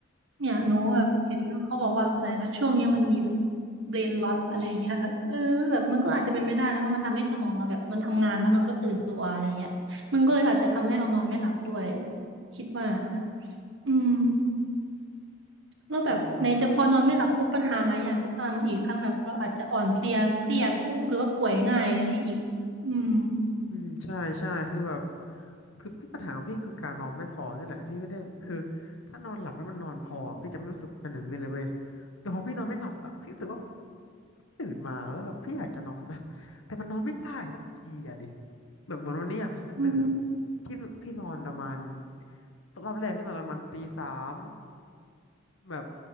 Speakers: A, on the right (about 65°); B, on the left (about 85°).
A: เนี่ยหนูแบบเห็นเขาบอกว่าอะไรนะช่วงเนี้ยมันมีแบบเบรนล็อตอะไรเงี้ยแบบเออแบบมันก็อาจจะเป็นไปได้นะว่าะมันทำให้สมองเราแบบมันทำงานแล้วมันก็ตื่นตัวอะไรเงี้ยมันก็เลยอาจจะทำให้เรานอนไม่หลับด้วยคิดว่านะอืมแล้วแบบไหนจะพอนอนไม่หลับปุ๊บปัญหาหลายอย่างก็ตามมาอีกทั้งแบบเราอาจจะอ่อนเพลียเครียดหรือว่าป่วยง่ายอะไรเงี้ยอีกอืม
B: อืม อืมใช่ใช่คือแบบคือพี่ปัญหาของพี่คือการนอนไม่พอนี่แหละพี่ไม่ได้คือถ้านอนหลับแล้วมันนอนพอพี่จะไม่รู้สึกเป็นแบบนี้เลยเว้ยแต่พอพี่นอนไม่หลับอ่ะพี่รู้สึกว่าแบบตื่นมาแล้วแบบพี่อยากจะนอนนะแต่มันนอนไม่ได้สักทีอ่ะดิแบบเหมือนวันเนี้อ่ะพี่ก็ตื่นแบบ
A: อืม
B: พี่พี่นอนประมาณรอบแรกพี่นอนประมาณตีสามแบบ